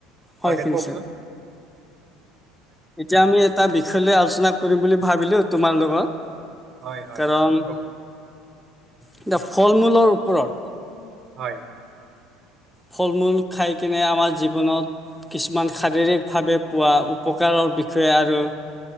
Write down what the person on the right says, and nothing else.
অ দে
কওঁকচোন।
হয় হয়
কওঁক
হয়।